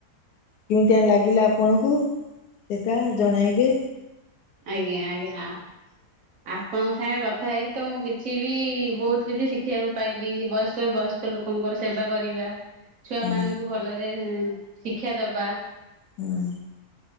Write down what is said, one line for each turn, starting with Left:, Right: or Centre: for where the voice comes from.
Left: କେମିତିଆ ଲାଗିଲା ଆପଣଙ୍କୁ ସେଟା ଜଣାଇବେ।
Right: ଆଜ୍ଞା ଆଜ୍ଞା ଆ । ଆପଣଙ୍କ ସାଙ୍ଗରେ କଥା ହେଇକି ତ ମୁଁ କିଛି ବି ବହୁତ କିଛି ଶିଖିବାକୁ ପାଇଲି ବୟସ୍କ ବୟସ୍କ ଲୋକଙ୍କର ସେବା କରିବା । ଛୁଆ
Left: ହୁଁ
Right: ମାନଙ୍କୁ ଭଲରେ । ଶିକ୍ଷା ଦବା।
Left: ହୁଁ।